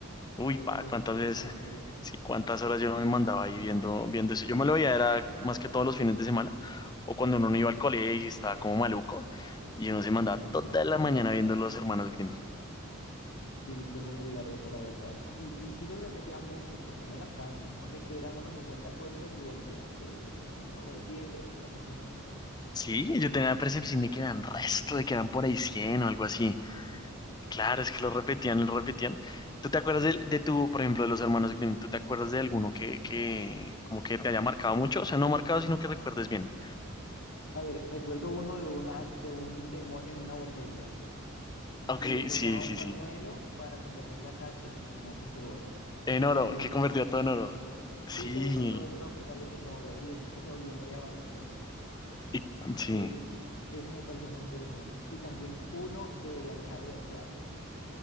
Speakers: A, on the left; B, on the left.
A: Uy,
B: a ver
A: pa,
B: cuentos
A: cuántas
B: de los
A: veces,
B: hermanos Grimm.
A: sí, cuántas horas yo no me mandaba ahí viendo, viendo eso. Yo me lo veía, era más que todos los fines de semana, o cuando uno no iba al colegio y estaba como maluco, y uno se mandaba
B: Sí,
A: toda
B: sí,
A: la mañana viendo los hermanos Grimm.
B: sí, cómo olvidar eso, la verdad. Y, y sí los repetía muchos, porque no eran tantos. Ponle que eran unos 50 cuentos y volvía, y lo repetían, y uno volvía y se veían los mismos cuentos.
A: Sí, yo tenía la percepción de que eran resto, de que eran por ahí 100 o algo así. Claro, es que lo repetían, lo repetían. ¿Tú te acuerdas de, de tu, por ejemplo, de los hermanos Grimm? ¿Tú te acuerdas de alguno que, que como que te haya marcado mucho? O sea, no marcado, sino que recuerdes bien.
B: A ver, recuerdo uno de una, de un demonio en una botella.
A: Ok,
B: que les
A: sí,
B: daba
A: sí,
B: un pañuelo
A: sí.
B: para convertir las hachas en hachas de oro.
A: En oro,
B: Y el,
A: que convertía
B: chi-
A: todo en oro. Sí.
B: sí, eso, todos los metales en oro. Y el chico se volvió muy avaricioso.
A: Y- sí,
B: Es, ese me pareció muy interesante. Y también uno del ahijado del diablo.